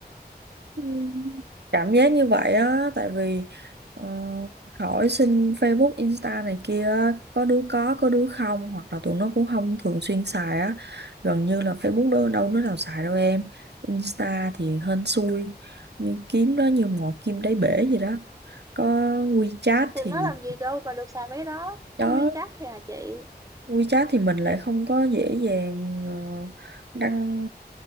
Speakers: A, on the right; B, on the right.
A: Ừ. cảm giác như vậy á tại vì ờ, hỏi xin Facebook Insta này kia á, có đứa có có đứa không hoặc là tụi nó cũng không thường xuyên xài á gần như là Facebook đâu đâu đứa nào xài đâu em Insta thì hên xui như kiếm đó như mò kim đáy bể gì đó có WeChat
B: Tụi
A: thì
B: nó làm gì đâu mà được xài mấy đó, có
A: đó
B: WeChat thôi à chị.
A: WeChat thì mình lại không có dễ dàng ờ, đăng